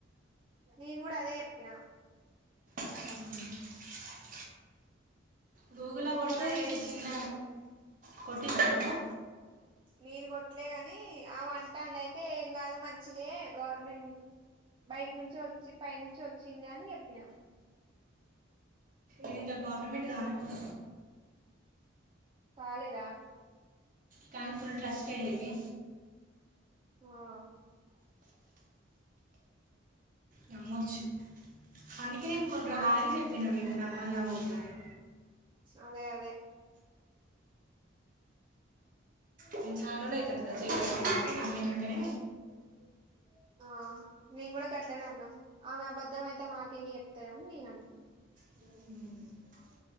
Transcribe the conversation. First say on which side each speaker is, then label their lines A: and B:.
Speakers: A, on the right (about 25°); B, on the right (about 45°).
A: నేను గూడ అదే ఎప్పినా
B: ఉమ్ దూగుల్లొ గొడితే
A: అదే
B: ఇది చిన్న కొట్టి నావ నువ్వు
A: నేను కొట్లే గాని ఆమ అంటాండ అయితే ఏం కాదు మంచిదే గవర్నమెంట్ బయట నుంచి వచ్చి పై నుంచి వచ్చింది అని చెప్పినా
B: ఇంగ గవర్నమెంట్ గానొచ్చిం
A: కాలేదా
B: కన్ ఫూల్ ట్రస్టె ఇది
A: ఆ
B: నమ్మొచ్చు అందుకే నిను కొన్నిరోలు
A: ఆ
B: ఆగే చెప్పినా మీకు నమ్మల్లా వద్ద అని
A: అదే అదే
B: హు చానా రోజులు అయితాంది కదా <unintelligible> నమ్మినంకనే
A: ఏ ఆ మేం కూడా గట్టలేన అన్నం ఆమె అబద్ధం అయితే మాకేందుకు చెప్తది అని నేనన్న
B: హ